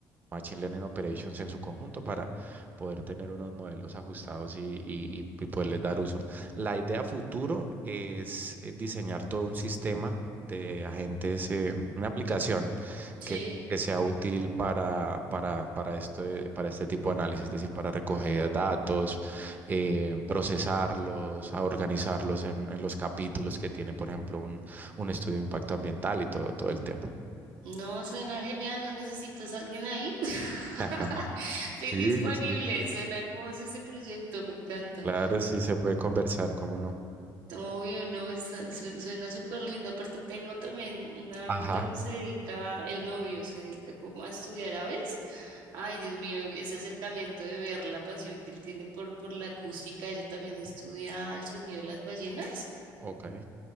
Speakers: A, on the right; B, on the right.
A: Machine Learning Operations en su conjunto para poder tener unos modelos ajustados y, y- y- y poderles dar uso. La idea futuro es eh, diseñar todo un sistema de agentes, eh, una aplicación
B: Sí.
A: que, que sea útil para, para, para, este, para este tipo de análisis, es decir, para recoger datos, eh, procesarlos, a organizarlos en, en los capítulos que tiene, por ejemplo, un, un estudio de impacto ambiental y todo, todo el tema.
B: No, suena genial, ¿no necesitas a alguien ahí? <laughs>
A: <laughs>
B: Estoy
A: Sí,
B: disponible,
A: sí,
B: suena hermoso ese proyecto, me encanta.
A: Claro, sí se puede conversar, ¿cómo no?
B: Obvio, no, está- sue- suena súper lindo. Aparte tengo también una amiga
A: Ajá,
B: que se dedica, el novio se dedica como a estudiar aves. Ay, Dios mío, ese acercamiento de ver la pasión que él tiene por, por la acústica, ella también estudia el sonido de las ballenas.
A: ok.